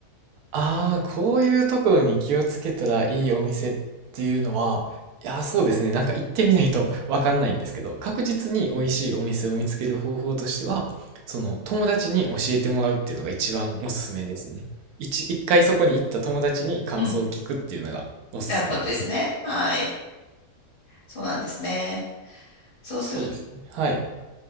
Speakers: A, on the right; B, on the left.
A: ああ、こういうところに気をつけたらいいお店っていうのは、いやー、そうですね。なんか行ってみないと <laughs> わかんないんですけど、確実に美味しいお店を見つける方法としては、その友達に教えてもらうっていうのが一番おすすめですね。一、一回そこに行った友達に感想を聞くっていうのがおすすめです。
B: うん。なるほどですね。はい。そうなんですね。そうする、
A: そうですね。はい。